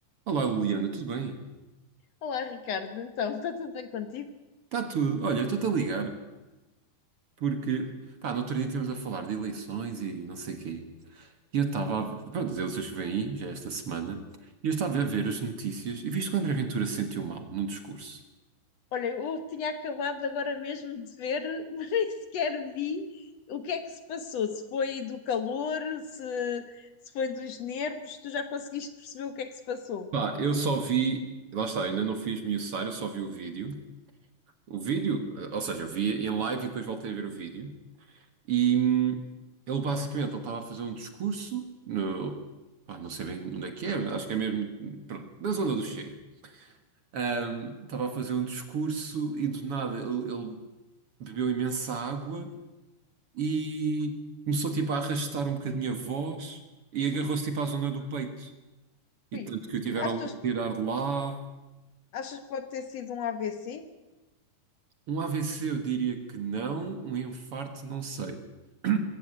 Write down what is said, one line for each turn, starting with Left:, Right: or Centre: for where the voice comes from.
Right: Olá, Liliana, tudo bem?
Left: Olá, Ricardo. Então, está tudo bem contigo?
Right: Está tudo. Olha, eu estou-te a ligar porque, pá, no outro dia estivemos a falar de eleições e não sei quê. E eu estava a... Pronto, as eleições que vêm aí, já é esta semana, e eu estava a ver as notícias e viste que o André Ventura se sentiu mal num discurso.
Left: Olha, eu tinha acabado agora mesmo de ver, <laughs> mas nem sequer vi o que é que se passou. Se foi do calor, se, se foi dos nervos, tu já conseguiste perceber o que é que se passou?
Right: Pá, eu só vi... Lá está, ainda não fiz miuçar, eu só vi o vídeo. O vídeo, eh, ou seja, eu vi em live e depois voltei a ver o vídeo. E hum, ele basicamente, ele estava a fazer um discurso no... Pá, não sei bem onde é que é, acho que é mesmo, pronto, na zona do Chega. Ahm, estava a fazer um discurso e do nada ele, ele bebeu imensa água e começou tipo a arrastar um bocadinho a voz e agarrou-se tipo à zona do peito. E
Left: Ui,
Right: tanto que o tiveram
Left: achas,
Right: de tirar de lá.
Left: achas que pode ter sido um AVC?
Right: Um AVC eu diria que não, um infarto não sei. <clears throat>